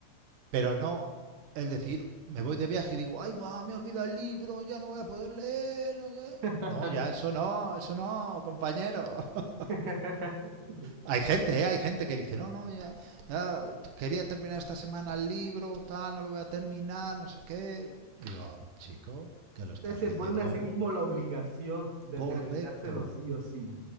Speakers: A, on the right; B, on the right.
A: Pero no el decir, me voy de viaje y digo, ay, va, me olvida el libro, ya no voy a poder leer. No, sé".
B: <laughs>
A: No, ya, eso no, eso no, compañero. <laughs>
B: Ustedes
A: Hay gente, ¿eh? hay gente que dice, no, no, ya, ya quería terminar esta semana el libro, tal, no lo voy a terminar, no sé qué. Digo, chico, que lo estás
B: se
A: leyendo.
B: ponen a sí
A: vos?
B: mismos la obligación de
A: Correcto,
B: terminárselo sí o sí.